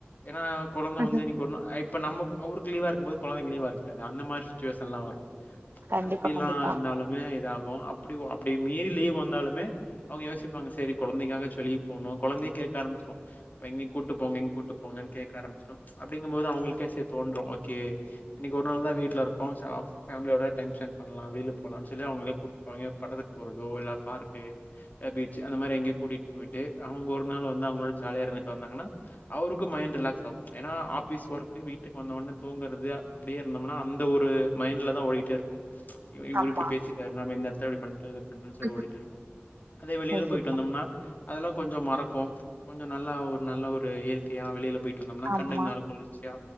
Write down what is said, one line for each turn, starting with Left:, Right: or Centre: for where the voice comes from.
Left: ஏனா கொழந்த
Right: ம்ஹ்ம்.
Left: வந்து இனிக்கே ஒரு நாள் இப்ப நமக்கு அவருக்கு லீவா இருக்கும் போது கொழந்தைக்கு லீவா இருக் அது அந்த மாரி சுச்சுவேஷன்லா வரு
Right: கண்டிப்பா
Left: அப்படி
Right: கண்டிப்பா
Left: லா இருந்தாலுமே இதாக அப்டி அப்டி மீறி லீவ் வந்தாலுமே அவுங்க யோசிப்பாங்க சரி கொழந்தைக்காக ஆச்சு வெளிய போனு கொழந்தையே கேட்க ஆரம்பிச்சிரு எங்க கூட்டு போங்க கூட்டு போங்கன்னு கேக்க ஆரம்பிச்சிரு அப்டிங்க போது அவுங்குளுக்கே சரி தோன்று ஒகே இன்னிக்கு ஒரு நாள் தா ‌வீட்டில இருக்கோ போன்ஸ் ஆ ஃப் ஃபாமிளி ஓட சன் பண்லா வெயில்ல போலான்னு சொல்லி அவுங்ளே கூட்டு போவாங்கே பட்டத்துக்கு போறதோ இல்ல பார்க்கு எ பீச்சு அந்த மாரி எங்கியு கூட்டிட் போயிட்டு அவுங்க ஒரு நாள் வந்து அவுங்களோட ஜாலியா இருந்துட்டு வந்தாங்கனா அவுருக்கு மைண்ட் ரிலாக்ஸ் ஆகு ஏனா ஆபீஸ் ஒர்க்கு வீட்டுக்கு வந்தோனே தூங்கறது அப்டியே இருந்தோமனா அந்த ஒரு மைண்ட்லதா ஓடிகிட்டே இருக்கோ ச்ச இவ இவுரு
Right: ஆமா
Left: இப்டி பேசிட்டார் நாம இந்த எ தா இப்டி பண்ட்டாரு கண்டுன்யூசா இவ
Right: ம்ஹ்ம்.
Left: ஓடிட்டே இருக்கோ அதே வெளில
Right: கண்டிப்பா
Left: போயிட்டு வந்தோம்னா அதெல்லா கொஞ்சோ மறக்கோ ச்ச கொஞ்சோ நல்லா ஒரு நல்ல ஒரு இயற்கையா வெளில போயி வந்தோம்னா
Right: ஆமா
Left: கண்ணுக்கு மேல குளிர்ச்சியா